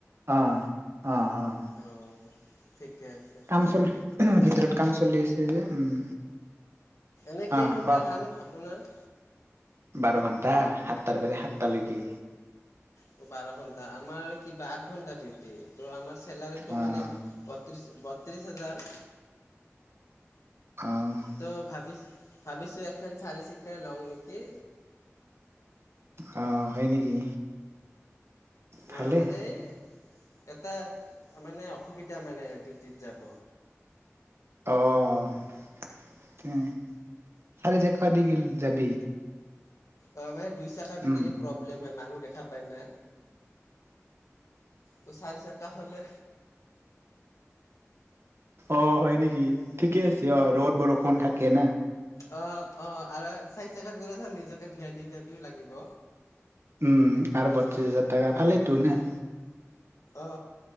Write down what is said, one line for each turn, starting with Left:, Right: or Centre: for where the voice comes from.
Right: অ, অহ, অহ।
Left: ঔ, ঠিকে আছ।
Right: কাম চলি, ভিতৰত কাম চলি আছে যে, উম।
Left: এনেই কেইঘণ্টা
Right: আহ ক
Left: কাম আপোনাৰ?
Right: বাৰ ঘণ্টা, সাতটাৰ পৰা সাতটালৈকে।
Left: অ, বাৰ ঘন্টা আমাৰ কিবা আঠ ঘন্টা ডিউটি, তো আমাৰ চেলাৰীটো
Right: আহ
Left: মানে বত্ৰিছ, বত্ৰিছ হাজাৰ।
Right: অহ
Left: ত ভাবিছ, ভাবিছোঁ এখন চাৰি চকীয়াই লওঁ নেকি?
Right: হ' হয় নেকি? ভালে
Left: অ মানে এই, এটা মানে অসুবিধা মানে ডিউটিত যাব।
Right: অ উম, চাৰি চকীয়া দি কিল যাবি?
Left: অ, মানে দুই চেক দি
Right: উম
Left: গ'লে প্ৰব্ প্ৰব্লেম হয় মানুহ দেখা পায় না, তো চাৰি চকা হ'লে
Right: অ হয় নেকি? ঠিকে আছে, অ, ৰ'দ বৰষুণ থাকে না।
Left: অ অ আৰু চাৰি চেকাত গ'লে ধৰ, নিজকে ভি আই পি, ভি আই পিও লাগিব।
Right: উম আৰু বত্ৰিছ হাজাৰ টাকা, ভালেইটো নে
Left: অ